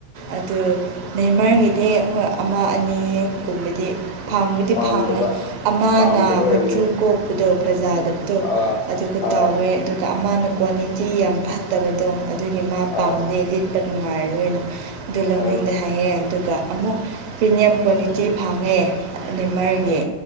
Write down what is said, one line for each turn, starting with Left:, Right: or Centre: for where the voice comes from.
Right: ꯑꯗꯨ ꯅꯃꯔꯒꯤ ꯗꯗꯤ ꯍꯣꯏ ꯑꯃ ꯑꯅꯤꯒꯨꯝꯕꯗꯤ ꯐꯪꯕꯨꯗꯤ
Left: ꯄꯥꯝꯗꯕ
Right: ꯐꯪꯉꯦ ꯑꯃꯅ
Left: ꯄꯥꯝꯗꯕ ꯑꯣꯏꯔꯝꯅꯤ
Right: ꯃꯆꯨ ꯀꯣꯛꯄꯗꯣ ꯐꯖꯥꯗ ꯐꯠꯇꯕꯗꯣ
Left: ꯑꯥ
Right: ꯑꯗꯨꯒ
Left: ꯑꯥ
Right: ꯇꯧꯋꯦ ꯑꯗꯨꯒ ꯑꯃꯅ ꯀ꯭ꯋꯥꯂꯤꯇꯤ ꯌꯥꯝ ꯐꯠꯇꯕꯗꯣ ꯑꯗꯨꯒꯤ ꯃꯥ ꯄꯥꯝꯗꯦ
Left: ꯑꯥ
Right: ꯂꯤꯠꯄ ꯅꯨꯡꯉꯥꯏꯔꯔꯣꯏꯅ ꯑꯗꯨ ꯂꯧꯅꯤꯡꯗ
Left: ꯑꯥ
Right: ꯍꯥꯏꯌꯦꯦ ꯑꯗꯨ ꯑꯗꯨꯒ ꯑꯃꯨꯛ ꯄ꯭ꯔꯤꯃꯤꯌꯝ ꯀ꯭ꯋꯥꯂꯤꯇꯤ ꯐꯪꯉꯦ ꯂꯤꯅꯤꯃꯔꯒꯤ
Left: ꯑꯥ